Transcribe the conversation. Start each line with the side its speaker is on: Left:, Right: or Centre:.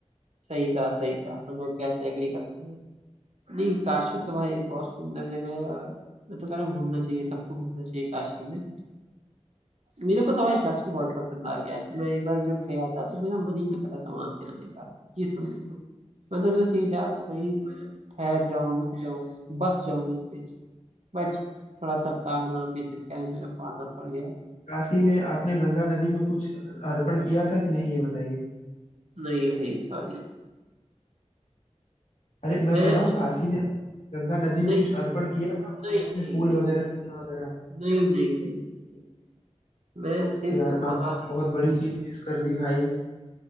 Right: सही कहा सही कहा हम आपके यहाँ से एग्री करते हैं नहीं काशी तो भाई बहुत सुंदर जगह है और मैं तो कह रहा हूँ घूमना चाहिए सबको घूमना चाहिए काशी में मेरे को तो भाई काशी बहुत पसंद आ गया मैं एक बार जब गया था तो मेरा मन ही नहीं कर रहा था वहां से आने का ये समझ लो मैं तो बस यही चाहता था वही मैं ठहर जाऊँ रुक जाऊँ बस जाऊँ यहीं पे बट थोड़ा सा काम वाम के चक्कर में मेरे को आना पड़ गया
Left: काशी में आपने गंगा नदी में कुछ अर्पण किया था कि नहीं ये बताइए
Right: नहीं भाई सॉरी
Left: अरे मैं
Right: मैं
Left: कह रहा हूँ काशी में गंगा नदी
Right: नहीं
Left: में कुछ अर्पण किया था आपने
Right: नहीं
Left: जैसे
Right: नहीं
Left: फूल
Right: नहीं
Left: वगैरह
Right: नहीं नहीं
Left: दिया वगैरह
Right: नहीं नहीं नहीं, नहीं। मैं सिर्फ
Left: तो यार आपने
Right: महादेव
Left: तो बहुत बड़ी चीज मिस कर दी भाई